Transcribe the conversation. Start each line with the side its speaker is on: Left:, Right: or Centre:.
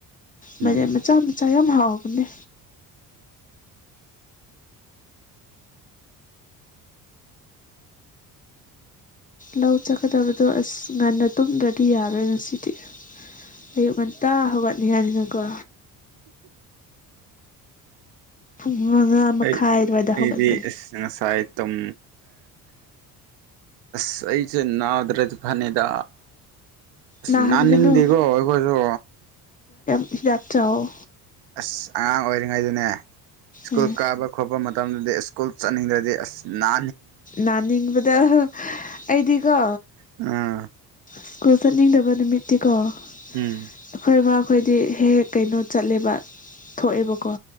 Right: ꯎꯝ
Left: ꯃꯥꯏꯔꯦꯟ ꯃꯆꯥ ꯃꯆꯥ ꯌꯥꯝ ꯍꯥꯎꯕꯅꯦ ꯂꯧ ꯆꯠꯀꯗꯕꯗꯣ ꯑꯁ ꯉꯟꯅ ꯇꯨꯝꯗ꯭ꯔꯗꯤ ꯌꯥꯔꯣꯏ ꯉꯁꯤꯗꯤ ꯑꯌꯨꯛ ꯉꯟꯇꯥ ꯍꯧꯒꯠꯅꯤ ꯍꯥꯏꯅꯤꯅꯀꯣ ꯄꯨꯡ ꯃꯉꯥ ꯃꯈꯥꯏ
Right: ꯑꯩ
Left: ꯑꯗꯨꯋꯥꯏꯗ ꯍꯧꯒꯠꯀꯅꯤ
Right: ꯏꯗꯤ ꯉꯁꯥꯏ ꯇꯨꯝ ꯑꯁ ꯅꯥꯗ꯭ꯔꯗꯤ ꯐꯅꯤꯗ ꯑꯁ
Left: ꯅꯥꯍꯟꯒꯅꯨ
Right: ꯅꯥꯅꯤꯡꯗꯦꯀꯣ ꯑꯩꯈꯣꯏꯁꯨ
Left: ꯗꯥꯛꯇ ꯆꯥꯎ
Right: ꯑꯁ ꯑꯉꯥꯡ ꯑꯣꯏꯔꯤꯉꯩꯗꯅꯦ ꯁ꯭ꯀꯨꯜ
Left: ꯎꯝ
Right: ꯀꯥꯕ ꯈꯣꯠꯄ ꯃꯇꯝꯗꯗꯤ ꯑ ꯁ꯭ꯀꯨꯜ ꯆꯠꯅꯤꯡꯗ꯭ꯔꯗꯤ ꯑꯁꯅꯥ
Left: ꯅꯥꯅꯤꯡꯕꯗ ꯑꯩꯗꯤꯀꯣ
Right: ꯑꯥ
Left: ꯁ꯭ꯀꯨꯜ ꯆꯠꯅꯤꯡꯗꯕ ꯅꯨꯃꯤꯠꯇꯤꯀꯣ ꯑꯩꯈꯣꯏꯕ
Right: ꯎꯝ
Left: ꯈꯣꯏꯗꯤ ꯍꯦꯛ ꯍꯦꯛ ꯀꯩꯅꯣ ꯆꯠꯂꯦꯕ ꯊꯣꯛꯑꯦꯕꯀꯣ